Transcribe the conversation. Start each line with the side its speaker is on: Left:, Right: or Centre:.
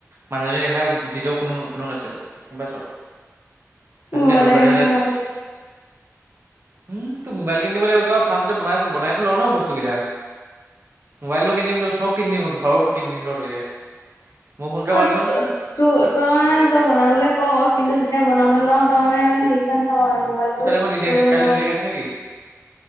Right: মানুহজন দেখা ভৰ কোনো কোনো না গ'ম পাইছ। সেইজনীয়ে
Left: উম, মাল
Right: দূৰ বাদেহঁতে
Left: কিনে ফাৰষ্ট।
Right: উম, টোক মোবাইল কিনিব লাগিব তই ফাৰ্ষট ব বনাইতো ল ন বস্তু কেইটা। মোবাইলোব কিনি দিম ঘৰো কিনি দিম ৰহ এতিয়া। মোৰ ফোনটোৱে
Left: মই
Right: কৰাচোন
Left: ত তই মানে তই বনাবলে ক কিন্তু এতিয়া বনাব লওঁ তাৰ মানে হেৰিকাৰণে থাক মানে মোবাইলটো
Right: তোক কালি মই দিনে
Left: ল
Right: কালি
Left: লওঁ।
Right: নিদিয়াকে আছো নেকি